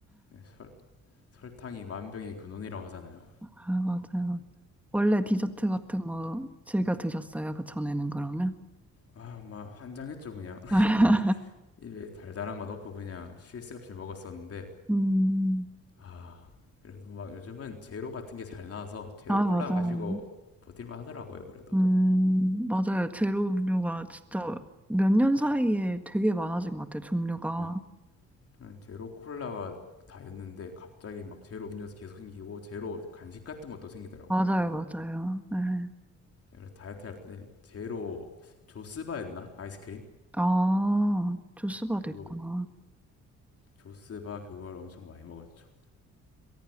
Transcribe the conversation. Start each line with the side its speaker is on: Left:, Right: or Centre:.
Left: 네, 설, 설탕이 만병의 근원이라고 하잖아요.
Centre: 아, 맞아요. 원래 디저트 같은 거 즐겨 드셨어요? 그 전에는 그러면?
Left: 아, 막 환장했죠 그냥
Centre: <laughs>
Left: <laughs> 입에 달달한 거 넣고 그냥 쉴 새 없이 먹었었는데
Centre: 음,
Left: 아 그래도 막 요즘은 제로 같은 게 잘 나와서 제로
Centre: 아,
Left: 콜라
Centre: 맞아요.
Left: 마시고 버틸만 하더라고요 그래도.
Centre: 음, 맞아요. 제로 음료가 진짜 몇 년 사이에 되게 많아진 것 같아요, 종류가.
Left: 네, 네, 제로 콜라가 다였는데 갑자기 막 제로 음료수 계속 생기고 제로 간식 같은 것도 생기더라고요.
Centre: 맞아요,
Left: 이제
Centre: 맞아요. 네.
Left: 그래서 다이어트 할 때 제로 조스바였나 아이스크림
Centre: 아, 조스바도
Left: 그거
Centre: 있구나.
Left: 조스바 그걸 엄청 많이 먹었죠.